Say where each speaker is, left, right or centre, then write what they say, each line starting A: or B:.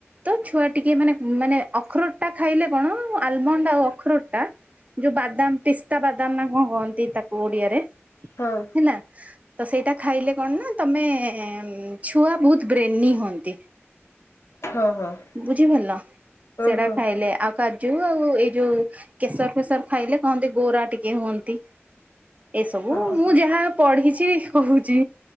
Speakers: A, on the right; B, on the left.
A: ତ ଛୁଆ ଟିକେ ମାନେ ମାନେ ଅଖରୋଟ ଟା ଖାଇଲେ କଣ ଆଲମଣ୍ଡ ଆଉ ଅଖରୋଟ ଟା ଯୋଉ ବାଦାମ ପିସ୍ତା ବାଦାମ ନା କଣ କହନ୍ତି ତାକୁ ଓଡିଆରେ
B: ହଁ
A: ହେଲା ତ ସେଇଟା ଖାଇଲେ କଣ ନା ତମେ ଛୁଆ ବହୁତ ବ୍ରେ ନି ହୁଅନ୍ତି
B: ହଁ ହଁ
A: ବୁଝିପାରିଲ ସେଟା
B: ହଁ
A: ଖାଇଲେ ଆଉ କାଜୁ ଆଉ ଏଇ ଯୋଉ କେଶର ଫେସର ଖାଇଲେ କହନ୍ତି ଗୋରା ଟିକେ ହୁଅନ୍ତି। ଏସବୁ
B: ହଁ
A: ମୁଁ
B: ହଁ
A: ଯାହା ପଢିଛି କହୁଛି